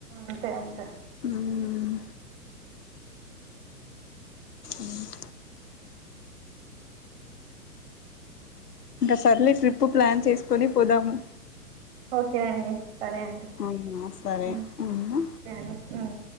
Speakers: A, on the right (about 45°); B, on the left (about 80°).
A: అంతే అంతే
B: ఊమ్ ఊమ్ ఇంకా సర్లే ట్రిప్పు ప్లాన్ చేసుకొని పోదాము
A: ఓకే అండి సరే అండి
B: అవునా సరే
A: ఉమ్
B: అవునా
A: సరే ఉమ్